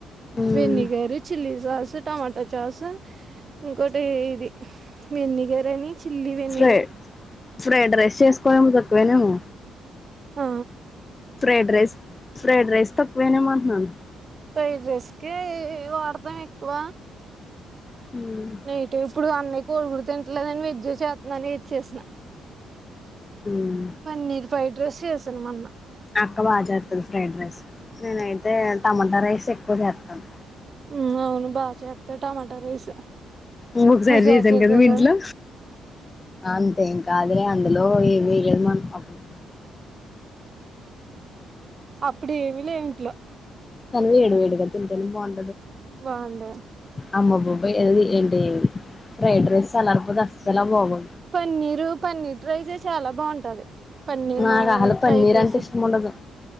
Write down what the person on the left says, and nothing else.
మ్మ్
fry fried rice చేసుకోవేమో తక్కువేనేమో
ఫ్రైడ్ రైస్ ఫ్రైడ్ రైస్ తక్కువేనేమో అంటున్నాను
మ్మ్
మ్మ్
అక్క బాగా చేత్తది ఫ్రైడ్ రైస్ నేనైతే టమోటా రైస్ ఎక్కువ చేత్తాను
ఇంగొకసారి
చేసాను
కదా మీ ఇంట్లో అంతే ఇంక్ కాదులే అందులో ఏమి వేయదు మనం అప్పుడు
అన్ని వేడి వేడుగా తింటాను బాన్
అమ్మ బాబోయ్ అధీధి ఏంటి ఫ్రైడ్ రైస్ సల్లారిపోతే అస్సలే బాగోదు
నాకు
అసలు
పన్నీర్
అంటే ఇష్టం ఉండదు